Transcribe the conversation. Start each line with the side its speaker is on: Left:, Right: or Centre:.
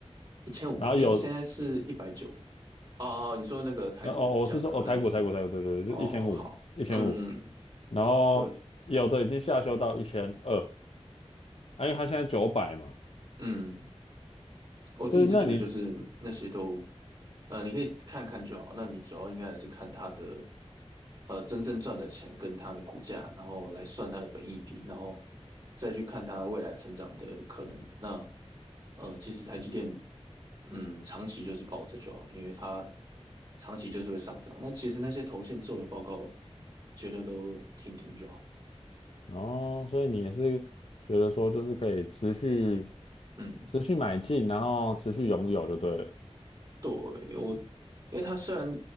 Right: 一千五，
Left: 然后有
Right: 诶，现在是一百九。哦哦，你说那个台股的价格啊，
Left: 呃哦，我是说哦台股台股台股对对对，
Right: 那没事。哦，
Left: 就一千五一千五1
Right: 好，嗯，
Left: 5 0然后有的已经下修到一千二。
Right: 对，
Left: 哎，因为它现在九百嘛，
Right: 嗯。我自己是觉得就是那些都，
Left: 就是那你
Right: 呃，你可以看看就好。那你主要应该还是看它的，呃，真正赚的钱跟它的股价，然后来算它的本益比，然后再去看它未来成长的可能。那，呃，其实台积电，嗯，长期就是抱着就好，因为它长期就是会上涨。那其实那些投信做的报告，觉得都听听就好。
Left: 哦，所以你也是觉得说，就是可以持续
Right: 嗯。
Left: 持续买进，然后持续拥有就对了。
Right: 对，我，因为它虽然